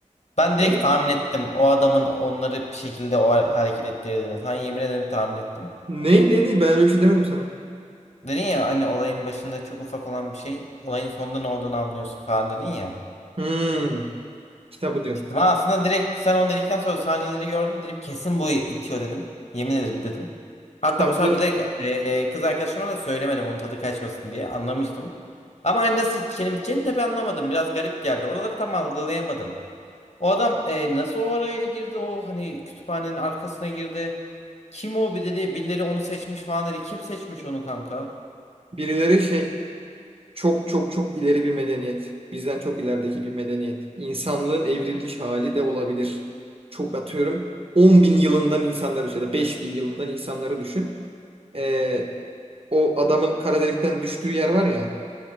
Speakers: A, on the left; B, on the right.
A: Ben direkt
B: Ne?
A: tahmin ettim. O adamın onları bir şekilde o hare- hareket ettirdiğini. Sana yemin ederim tahmin ettim.
B: Ne ne ne ben öyle bir şey demedim sana.
A: Dedin ya hani olayın başında çok ufak olan bir şey olayın sonunda ne olduğunu anlıyorsun falan dedin ya.
B: Hmm, kitabı diyor.
A: İşte ben aslında direkt sen onu dedikten sonra sahneleri gördüm. Dedim kesin bu itiyor dedim. Yemin ederim dedim. Hatta
B: Kitaplı
A: bu sefer bilerek e, kız arkadaşıma da söylemedim onun tadı kaçmasın diye. Anlamıştım. Ama hani nasıl içeceğini içeceğini tabii anlamadım. Biraz garip geldi. Oraları tam algılayamadım. O adam e, nasıl oraya girdi? O hani kütüphanenin arkasına girdi. Kim o bir dedi. Birileri onu seçmiş falan dedi. Kim seçmiş onu kanka?
B: birileri şey Çok çok çok ileri bir medeniyet. Bizden çok ilerideki bir medeniyet. İnsanlığın evrilmiş hali de olabilir. Çok atıyorum 10 bin yılından insanları ya da 5 bin yılından insanları düşün. Ee, o adamın kara delikten düştüğü yer var ya.